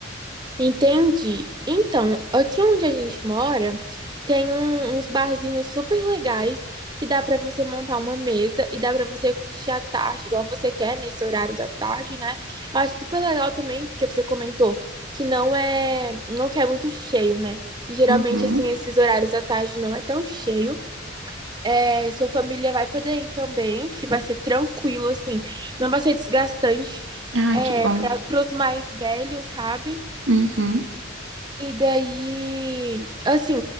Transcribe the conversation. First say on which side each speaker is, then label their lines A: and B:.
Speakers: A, on the right; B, on the right.
A: Entendi. Então, aqui onde a gente mora, tem um- uns barzinhos super legais que dá pra você montar uma mesa e dá pra você curtir à tarde, igual você quer, nesse horário da tarde, né? Eu acho super legal também, porque você comentou que não é, não quer muito cheio, né? E geralmente,
B: Uhum.
A: assim, esses horários da tarde não é tão cheio. É, sua família vai poder ir também, que vai ser tranquilo, assim, não vai ser desgastante.
B: Ah,
A: É,
B: que bom.
A: para os mais velhos, sabe?
B: Uhum.
A: E daí, assim,